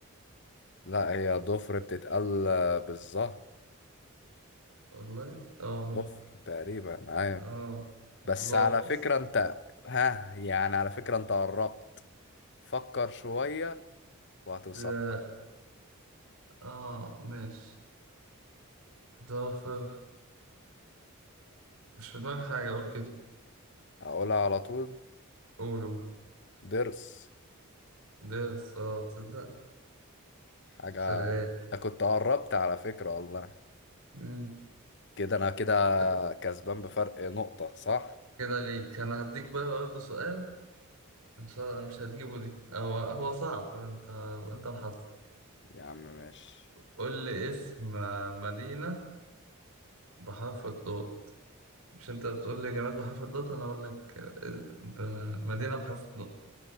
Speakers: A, on the left (about 55°); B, on the right (about 80°).
A: لا هي ضفر بتتقال بالظهر
B: والله اه ممكن
A: ضفر تقريبا ايوه
B: اه
A: بس
B: ظافر
A: على فكرة انت ها يعني على فكرة انت قربت فكر شوية وهتوصل
B: ده
A: لها
B: اه ماشي ضافر مش في دماغي حاجة اقول كده
A: هقولها على طول
B: قول قول
A: ضرس
B: ده بس اه تصدق
A: حاجة
B: شغال
A: انت كنت قربت على فكرة والله
B: مم.
A: كده انا كده
B: طب
A: كسبان بفرق نقطة صح
B: كده ليك انا هديك بقى برضه سؤال ان شاء الله مش هتجيبه دي هو هو صعب انت انت وحظك
A: يا عم ماشي
B: قول لي اسم مدينة بحرف الضاد مش انت بتقول لي جماد بحرف الضاد انا اقول لك ب- مدينة بحرف الضاد